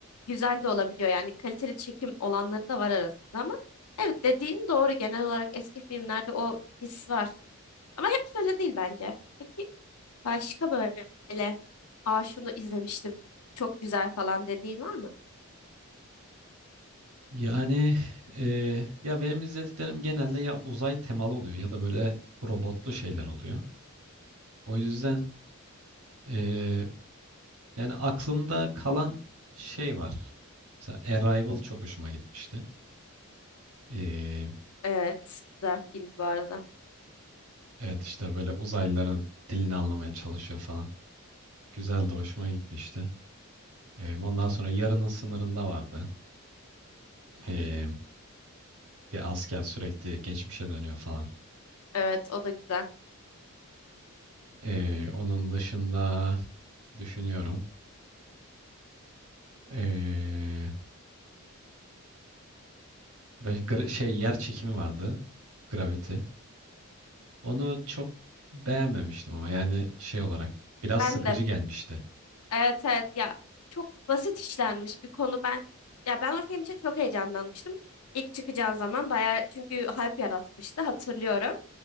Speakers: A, on the left; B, on the right.
A: güzel de olabiliyor. Yani kaliteli çekim olanları da var arasında ama evet dediğin doğru. Genel olarak eski filmlerde o his var. Ama hep öyle değil bence. Peki başka böyle aa şunu izlemiştim çok güzel falan dediğin var mı?
B: Yani eee, ya benim izlediklerim genelde ya uzay temalı oluyor ya da böyle robotlu şeyler oluyor. O yüzden eee, yani aklımda kalan şey var. Mesela Arrival çok hoşuma gitmişti. Eee,
A: Evet güzel film bu arada.
B: evet işte böyle uzaylıların dilini anlamaya çalışıyor falan. Güzel de hoşuma gitmişti. Eee, ondan sonra Yarının Sınırında vardı. Eee, bir asker sürekli geçmişe dönüyor falan.
A: Evet o da güzel.
B: Eee, onun dışında düşünüyorum. Eee, Böyle gra- şey yer çekimi vardı. Gravity. Onu çok beğenmemiştim ama yani şey olarak biraz
A: Ben
B: sıkıcı
A: de
B: gelmişti.
A: Evet evet ya çok basit işlenmiş bir konu ben ya ben o film için çok heyecanlanmıştım. İlk çıkacağı zaman bayağı çünkü hype yaratmıştı hatırlıyorum.